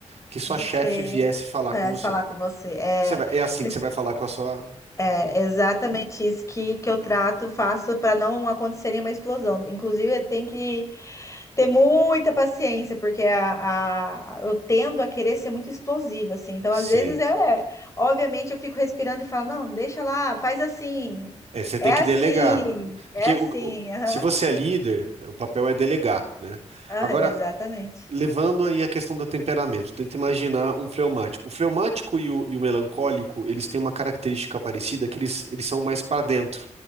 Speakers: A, on the right (about 60°); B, on the left (about 25°).
A: que sua
B: De
A: chefe
B: ser.
A: viesse falar
B: Parece
A: com você.
B: falar com você. É,
A: Você vai- é assim
B: se-
A: que você vai falar com a sua...
B: é exatamente isso que, que eu trato, faço para não acontecer nenhuma explosão. Inclusive, tem que Ter muita paciência, porque a, a- eu tendo a querer ser muito explosiva, assim. Então,
A: Sim.
B: às vezes, é, é, obviamente, eu fico respirando e falo, não, deixa lá, faz assim.
A: É, você
B: É
A: tem que
B: assim,
A: delegar.
B: é
A: Porque
B: assim.
A: o- o-
B: aham.
A: se você é líder, o papel é delegar, né?
B: Ah,
A: Agora,
B: exatamente.
A: levando aí a questão do temperamento, tenta imaginar um fleumático. O fleumático e o, e o melancólico, eles têm uma característica parecida, que eles, eles são mais para dentro.